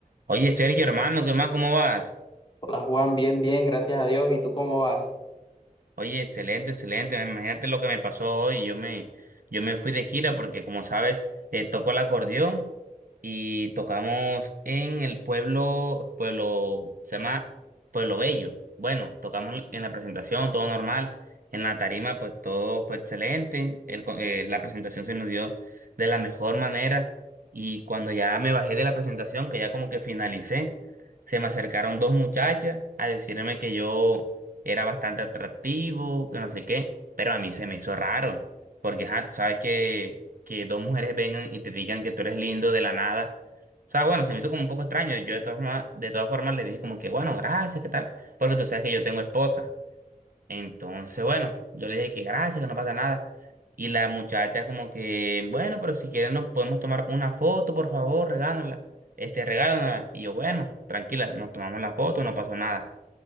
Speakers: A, on the right; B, on the left.
A: Oye, Sergio, hermano, ¿qué más? ¿Cómo vas?
B: Hola Juan, bien, bien, gracias a Dios. ¿Y tú cómo vas?
A: Oye, excelente, excelente. Imagínate lo que me pasó hoy. Yo me, yo me fui de gira porque, como sabes, eh, toco el acordeón y tocamos en el pueblo, pueblo, se llama Pueblo Bello. Bueno, tocamos en la presentación, todo normal. En la tarima, pues todo fue excelente. El co- eh, la presentación se nos dio de la mejor manera. Y cuando ya me bajé de la presentación, que ya como que finalicé, se me acercaron dos muchachas a decirme que yo era bastante atractivo, que no sé qué, pero a mí se me hizo raro, porque ajá, tú sabes que, que dos mujeres vengan y te digan que tú eres lindo de la nada. O sea, bueno, se me hizo como un poco extraño. Yo de todas formas, de todas formas le dije como que, bueno, gracias, ¿qué tal? Porque tú sabes que yo tengo esposa. Entonces, bueno, yo le dije que gracias, que no pasa nada. Y la muchacha como que, bueno, pero si quieren nos podemos tomar una foto, por favor, regálanosla. Este, regálanosla. Y yo, bueno, tranquila, nos tomamos la foto, no pasó nada.